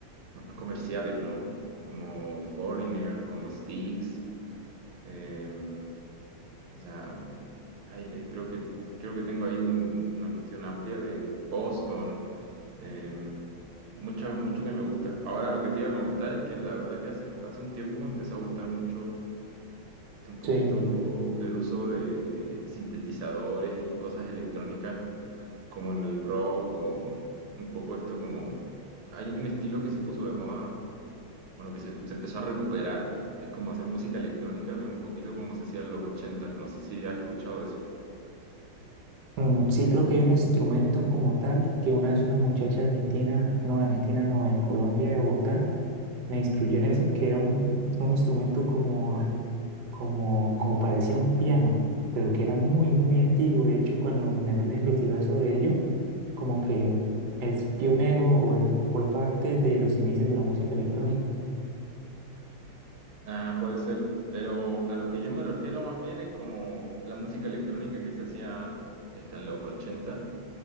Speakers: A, on the right; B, on the right.
A: más comerciales, ¿no? Como Foreigner, como Styx. eh, o sea, hay- hay- creo que, creo que tengo ahí un- una cuestión amplia de Boston, eh, mucha- mucho que me gusta. Ahora lo que te iba a comentar es que la verdad que hace, po- hace un tiempo me empezó a gustar mucho este, un poquito
B: Sí.
A: el uso de sintetizadores y cosas electrónicas como en el rock o un poco esto como... Hay un estilo que se puso de moda, bueno, que se, se empezó a recuperar, que es como hacer música electrónica, pero un poquito como se hacía en los ochenta No sé si has escuchado de eso.
B: Mm, Sí, creo que hay un instrumento como tal que una vez una muchacha argentina, no, de argentina, no, de Colombia, de Bogotá, me instruyó en eso, que era un, un instrumento como, como, como parecía un piano, pero que era muy, muy antiguo. De hecho, cuando me puse a investigar sobre ello, como que es pionero o e- fue parte de los inicios de la música electrónica.
A: Ah, puede ser, pero a lo que yo me refiero más bien es como la música electrónica que se hacía está en los 80,